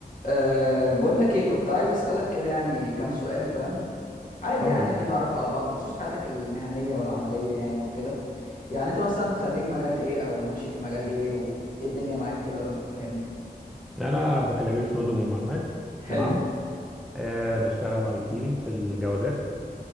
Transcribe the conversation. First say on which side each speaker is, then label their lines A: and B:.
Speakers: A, on the left (about 50°); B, in the centre.
A: أه بقول لك ايه كنت عايز اسالك كده يعني كام سؤال فاهم عادي
B: اتفضل
A: يعني نتعرف على بعض بخصوص حياتك المهنيه والعمليه يعني وكده يعني انت مثلا خريج مجال ايه او ماشي في مجال ايه وايه الدنيا معاك كده قول لي فاهمني
B: انا بكالوريوس نظم ومعلومات
A: حلو
B: تمام أه بشتغل اي تي في الجوازات